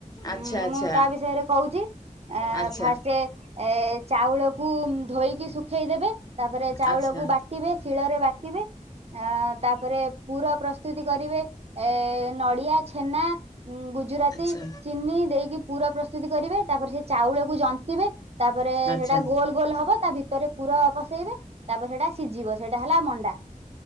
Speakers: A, on the right; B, on the left.
A: ଉ
B: ଆଚ୍ଛା ଆଚ୍ଛା
A: ମୁଁ ତା ବିଷୟରେ କହୁଛି। ଅ
B: ଆଚ୍ଛା
A: ଫାଷ୍ଟ ଚାଉଳକୁ ଧୋଇକି ଶୁଖେଇ ଶୁଖେଇ ଦେବେ ତାପରେ ଚାଉଳକୁ
B: ଆଚ୍ଛା
A: ବାଟିବେ ଶିଳରେ ବାଟିବେ ଅ ତାପରେ ପୁର କରିବେ ନଡ଼ିଆ ଛେନା ଗୁଜୁରାତି
B: ଆଚ୍ଛା
A: ଚିନି ଦେଇକି ପୁର। ପୁର ପ୍ରସ୍ତୁତ କରିବେ ତାପରେ ସେ ଚାଉଳକୁ ଜନ୍ତିବେ ତାପରେ
B: ଆଚ୍ଛା
A: ସେଇଟା ଗୋଲ ଗୋଲ ହବ ତା ଭିତରେ ପୁର ପସେଇବେ ତାପରେ ସେଟା ସିଝିବ ସେଇଟା ହେଲା ମଣ୍ଡା ଣ୍ଡା।